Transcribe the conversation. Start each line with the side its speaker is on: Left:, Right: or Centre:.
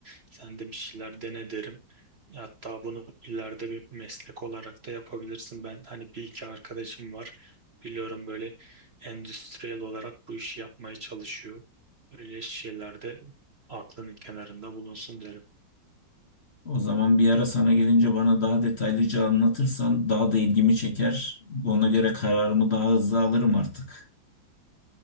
Right: Sen de bir şeyler dene derim. Hatta bunu ileride bir meslek olarak da yapabilirsin. Ben hani bir iki arkadaşım var. Biliyorum böyle endüstriyel olarak bu işi yapmaya çalışıyor. Öyle şeylerde aklının kenarında bulunsun derim.
Left: O zaman bir ara sana gelince bana daha detaylıca anlatırsan daha da ilgimi çeker. Ona göre kararımı daha hızlı alırım artık.